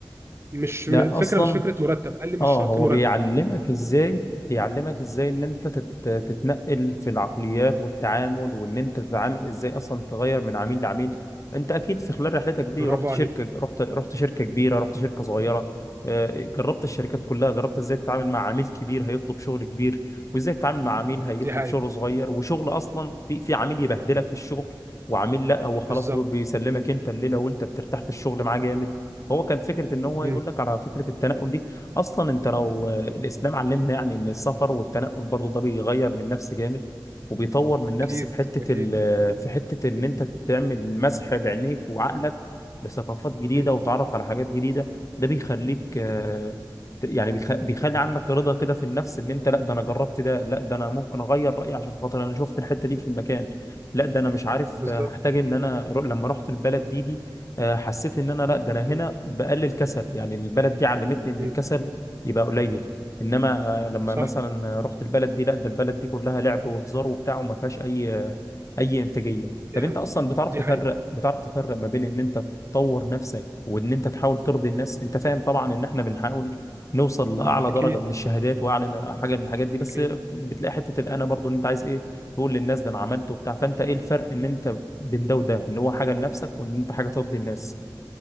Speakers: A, on the right; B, on the left.
A: مش
B: ده
A: م- الفكره
B: اصلا
A: مش فكره مرتب قال لي مش
B: اه
A: شرط
B: هو
A: مرتب
B: بيعلمك ازاي بيعلمك ازاي ان انت تت- تتنقل في العقليات والتعامل وان انت تتعامل ازاي اصلا تغير من عميل لعميل انت اكيد في خلال رحلتك دي
A: برافو
B: رحت شركة
A: عليك
B: رحت رحت شركة كبيرة رحت شركة صغيرة آه، جربت الشركات كلها جربت ازاي تتعامل مع عميل كبير هيطلب شغل كبير وازاي تتعامل مع عميل هيطلب
A: دي حقيقة
B: شغل صغير وشغل اصلا في في عميل يبهدلك في الشغل وعميل لا هو خلاص
A: بالظبط
B: بي- بيسلمك انت الليلة وانت بترتاح في الشغل معاه جامد هو كان فكرة ان هو
A: مم.
B: يقول لك على فكرة التنقل دي اصلا انت لو آه، الاسلام علمنا يعني ان السفر والتنقل برضو ده بيغير من نفس جامد وبيطور من
A: اكيد
B: نفس في حته
A: اكيد
B: ال آه، في حته ان انت تعمل مسح بعينيك وعقلك لثقافات جديده
A: مم.
B: وتعرف على حاجات جديده ده بيخليك آه، يعني بيخ- بيخلي عندك رضا كده في النفس ان انت لا ده انا جربت ده لا ده انا ممكن اغير رايي عشان خاطر انا شفت الحته دي في المكان لا ده انا مش عارف
A: بالظبط
B: آه، هحتاج ان انا رو- لما رحت البلد دي دي آه، حسيت ان انا لا ده انا هنا
A: مم.
B: بقلل كسل يعني البلد دي علمتني ان
A: مم.
B: الكسل يبقى قليل انما آه، لما
A: صح
B: مثلا رحت البلد دي لا ده البلد دي كلها لعب وهزار وبتاع وما فيهاش اي آه، اي انتاجيه طب
A: دي حقيقة
B: انت اصلا بتعرف
A: دي
B: تفرق
A: حقيقة
B: بتعرف تفرق ما بين ان انت تطور نفسك وان انت تحاول ترضي الناس انت فاهم طبعا ان احنا بنحاول نوصل لاعلى
A: اكيد
B: درجه من الشهادات واعلى حاجه من الحاجات دي بس
A: اكيد
B: بتلاقي حته الانا برضو ان انت عايز ايه تقول للناس ده انا عملت وبتاع فانت ايه الفرق ان انت بين ده وده ان هو حاجه لنفسك وان انت حاجه ترضي الناس